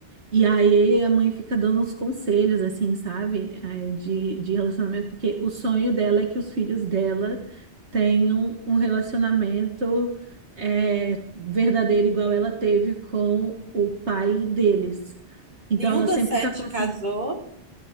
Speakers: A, on the right (about 75°); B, on the right (about 40°).
A: E aí a mãe fica dando uns conselhos, assim, sabe? É, de, de relacionamento, porque o sonho dela é que os filhos dela tenham um relacionamento é, verdadeiro, igual ela teve com o pai deles. Então
B: Nenhum
A: ela
B: dos
A: sempre
B: sete
A: tá consciente.
B: casou,